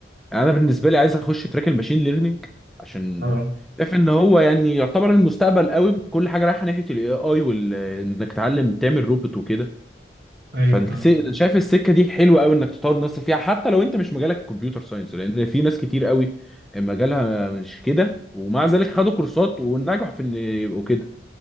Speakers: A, in the centre; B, on the right (about 55°).
A: يعني انا بالنسبه لي عايز اخش تراك الماشين ليرنينج عشان
B: اه
A: شايف ان هو يعني يعتبر المستقبل قوي كل حاجه رايحه ناحيه الاي اي وال انك تتعلم تعمل روبوت وكده
B: ايوه
A: فالس...
B: فهمتك
A: شايف السكه دي حلوه قوي انك تطور نفسك فيها حتى لو انت مش مجالك الكمبيوتر ساينس لان في ناس كتير قوي مجالها مش كده ومع ذلك خدوا كورسات ونجحوا في ان يبقوا كده